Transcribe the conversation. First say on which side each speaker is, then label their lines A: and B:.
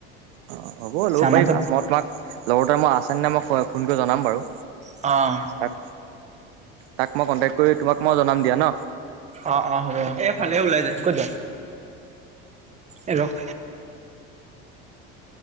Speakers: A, on the right; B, on the right.
A: অ' হ'ব ল'ব
B: জাৰ্মান
A: পাৰিবা।
B: চেপ
A: মই তোমাক লগৰ তোৰ তাত আছেনে নে মই ফোন কৰি জনাম বাৰু।
B: অঁ।
A: তাক তাক মই কণ্টেক্ট কৰি তোমাক মই জনাম দিয়া ন।
B: অ', অ' হ'ব এইফালে ওলাই যায় ক'ত য এ ৰহ অ'।